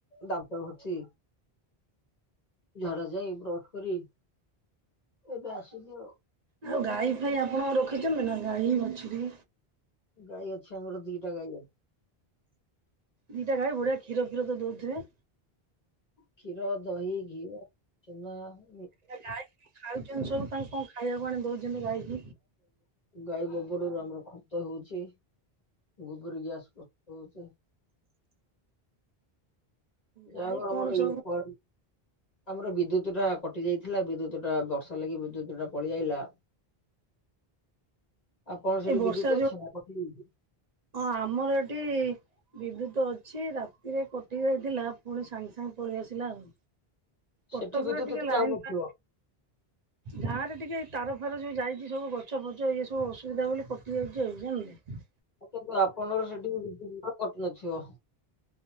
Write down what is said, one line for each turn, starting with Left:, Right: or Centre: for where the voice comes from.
Left: ଦାନ୍ତ ଘଷୁଚି ଝାଡା ଯାଇ, ବ୍ରଶ କରି ଏବେ ଆଶୁଚି ଆଉ।
Right: ଆଉ ଗାଈ ଫାଇ ଆପଣ ରଖିଛନ୍ତି ନା ଗାଈ ବାଛୁରୀ
Left: ଗାଈ ଅଛି ଆମର ଦିଟା ଗାଈ
Right: ଦିଟା ଗାଈ ବଢ଼ିଆ କ୍ଷୀର ଫିର ତ ଦଉ ଥିବେ?
Left: କ୍ଷୀର, ଦହିି, ଘିଅ, ଛେନା ଆ
Right: ଗାଈ ଖାଉଛନ୍ତି ସବୁ ତାଙ୍କୁ କଣ ଖାଇବାକୁ ଆଣି ଦଉଛନ୍ତି ଗାଈକି?
Left: ଗାଈ ଗୋବରରୁ ଆମର ଖତ ହଉଚି ଗୋବର ଗ୍ୟାସ୍ ପ୍ରସ୍ତୁତ ହଉଚି ଯା
Right: ଗାଈ
Left: ହଉ ଆମର
Right: କଣ
Left: ଇଏ
Right: ସବୁ
Left: <unintelligible> ଆମର ବିଦ୍ୟୁତ ଟା କଟି ଯାଇଥିଲା ବିଦ୍ୟୁତଟା ବର୍ଷା ଲାଗି ବିଦ୍ୟୁତ ଟା ପଳେଇ ଆଇଲା ଆପଣ ସେଠି
Right: ଏ ବର୍ଷା
Left: ବିଦ୍ୟୁତ ଅଛି
Right: ଯୋଉ
Left: ନା କଟି ଯାଇଚି?
Right: ହଁ, ଆମର ଏଠି ବିଦ୍ୟୁତ ଅଛି ରାତିରେ କଟି ଯାଇଥିଲା, ପୁଣି ସାଙ୍ଗେ ସାଙ୍ଗେ ପଳେଇ ଆସିଲା ଆଉ। କଟକରେ
Left: ସେଠି ବିଦ୍ୟୁତ
Right: ଟିକେ
Left: ଏତେ
Right: ଲାଇନ୍
Left: ଯାଉନଥିବ।
Right: ଟା ଗାଁ ରେ ଟିକେ ତାର ଫାର ଯୋଉ ଯାଇଚି ସବୁ ଗଛ ଫଛ ଇଏ ସବୁ ଅସୁବିଧା ବୋଲି କଟିଯାଇଚି ଜାଣିଲ କି
Left: କିନ୍ତୁ ଆପଣଙ୍କର ସେଠି ବିଦ୍ୟୁତ <unintelligible> କଟୁନଥିବ।